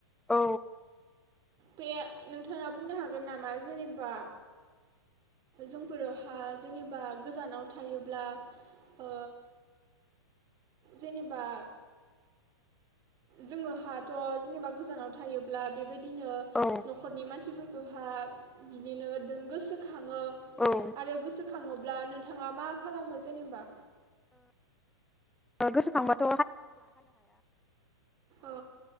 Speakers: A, in the centre; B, on the right.
A: औ
B: बे नोंथाङा बुंनो हा गोन नामा जेनेबा जोंफोरहा जेनेबा गोजानाव थायोब्ला ओ जेनेबा जोङो हाथ' जेनेबा गोजानाव थायोब्ला बेबाय दिनो
A: औ
B: नखरनि मानसिफोर जोंहा बिनिनो दोंगोसो खाङो
A: औ
B: आरो गोसो खाङोब्ला नोंथाङा मा खालामो जेनेबा?
A: ओ गोसोखांबाथ'
B: औ